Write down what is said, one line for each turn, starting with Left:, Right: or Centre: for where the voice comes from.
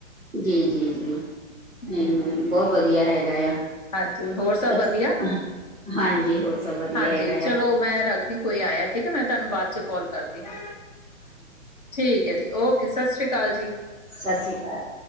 Centre: ਜੀ ਜੀ ਜੀ ਨਹੀਂ,
Left: ਹੂੰ।
Centre: ਬਹੁਤ ਵਧੀਆ ਹੈਗਾ ਆ,
Left: ਹਾਂਜੀ ਹੋਰ ਸਭ
Centre: ਅੱਛ
Left: ਵਧੀਆ
Centre: ਹਾਂਜੀ ਹੋਰ ਸਭ ਵਧੀਆ
Left: ਹਾਂਜੀ
Centre: ਹੈਗਾ
Left: ਚਲੋ
Centre: ਆ
Left: ਮੈਂ ਰੱਖਦੀ, ਕੋਈ ਆਇਆ ਠੀਕ ਹੈ ਮੈਂ ਤੁਹਾਨੂੰ ਬਾਅਦ ਚ ਕਾਲ ਕਰਦੀ ਆਂ ਠੀਕ ਹੈ ਜੀ ਓਕੇ ਸਤਿ ਸ੍ਰੀ ਅਕਾਲ ਜੀ,
Centre: ਸਤਿ ਸ਼੍ਰੀ ਅਕਾਲ,